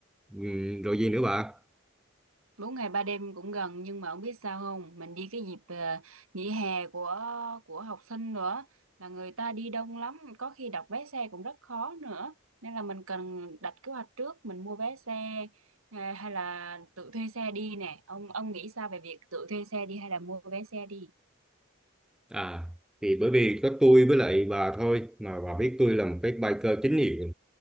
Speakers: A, in the centre; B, on the right.
A: ừm, rồi gì nữa bà
B: bốn ngày ba đêm cũng gần nhưng mà ông biết sao không? Mình đi cái dịp ờ, nghỉ hè của của học sinh nữa là người ta đi đông lắm, có khi đặt vé xe cũng rất khó nữa. Nên là mình cần đặt kế hoạch trước, mình mua vé xe ờ, hay là tự thuê xe đi nè. Ông ông nghĩ sao về việc tự thuê xe đi hay là mua vé xe đi?
A: à thì bởi vì có tôi với lại bà thôi mà bà biết tôi là một cái biker chính hiệu